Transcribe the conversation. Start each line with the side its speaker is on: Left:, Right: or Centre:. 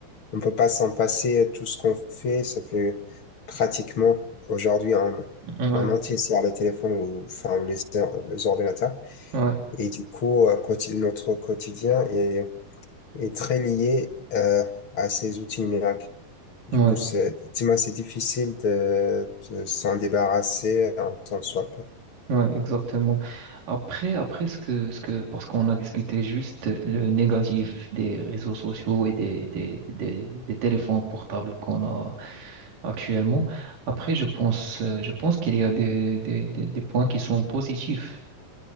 Left: on peut pas s'en passer euh, tout ce qu'on fait, ça fait pratiquement aujourd'hui en,
Right: Ouais,
Left: en entier sur les téléphones ou, enfin, ou les, or- les ordinateurs.
Right: ouais,
Left: Et du coup, euh, quoti- notre quotidien est, est très lié euh, à ces outils numériques. Du
Right: ouais,
Left: coup, c'est effectivement, c'est difficile de, de s'en débarrasser en tant que soit.
Right: ouais, exactement. Après, après ce que, ce que, parce qu'on a discuté juste le négatif des réseaux sociaux et des, des, des, des téléphones portables qu'on a actuellement. Après, je pense, euh, je pense qu'il y a des, des, des, des points qui sont positifs.